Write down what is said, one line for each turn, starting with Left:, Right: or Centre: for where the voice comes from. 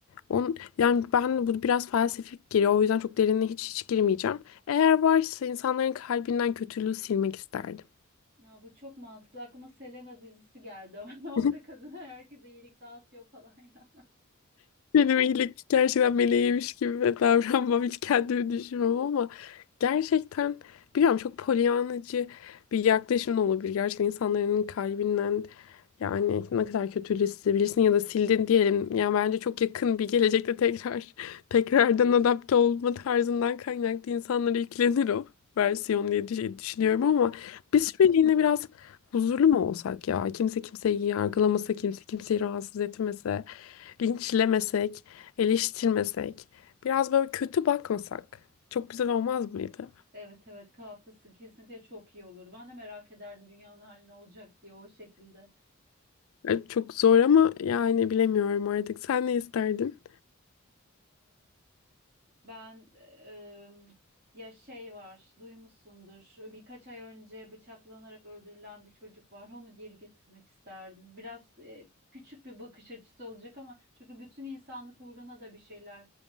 Left: On, yani ben bu biraz felsefik geliyor o yüzden çok derinine hiç hiç girmeyeceğim. Eğer varsa insanların kalbinden kötülüğü silmek isterdim.
Right: Ya bu çok mantıklı. Aklıma Selena dizisi geldi ama
Left: <laughs>
Right: <laughs> orada kadına herkese iyilik dağıtıyor falan ya.
Left: Benim iyilik gerçekten meleğiymiş gibi davranmam hiç kendimi düşünmem ama gerçekten bilmiyorum çok polyanacı bir yaklaşım da olabilir. Gerçekten insanların kalbinden yani ne kadar kötülüğü silebilirsin ya da sildin diyelim. Yani bence çok yakın bir gelecekte tekrar <laughs> tekrardan adapte olma tarzından kaynaklı insanlara yüklenir o versiyon diye düş- düşünüyorum ama bir süreliğine biraz huzurlu mu olsak ya? Kimse kimseyi yargılamasa, kimse kimseyi rahatsız etmese. Linçlemesek, eleştirmesek, biraz böyle kötü bakmasak çok güzel olmaz mıydı?
Right: Evet evet haklısın. Kesinlikle çok iyi olurdu. Ben de merak ederdim dünyanın hali ne olacak diye o şekilde.
Left: E, Çok zor ama yani bilemiyorum artık. Sen ne isterdin?
Right: Ben em, ya şey var, duymuşsundur. Birkaç ay önce bıçaklanarak öldürülen bir çocuk var. Onu geri getirmek isterdim. Biraz e, küçük bir bakış açısı olacak ama çünkü bütün insanlık uğruna da bir şeyler